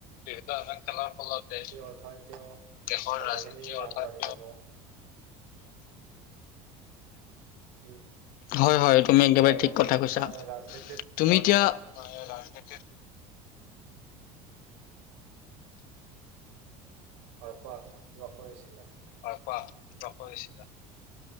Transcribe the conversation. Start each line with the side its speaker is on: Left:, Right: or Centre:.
Left: বিভিন্ন ধৰনৰ খেলৰ ফলতে
Right: এই অৰ্থনীতিও
Left: দেশৰ
Right: ভালেখিনি
Left: ৰাজনীতি অৰ্থাৎ
Right: আগবাঢ়ি যাব ই
Left: হয় হয় তুমি একেবাৰে
Right: ইয়াৰ
Left: ঠিক
Right: ফলত
Left: কথা কৈছা
Right: মানে ৰাজনীতিত
Left: তুমি এতিয়া হয় এই ৰাজনীতি
Right: হয় কোৱা কিবা কৈ আছিলা
Left: হয় কোৱা কিবা কৈ আছিলা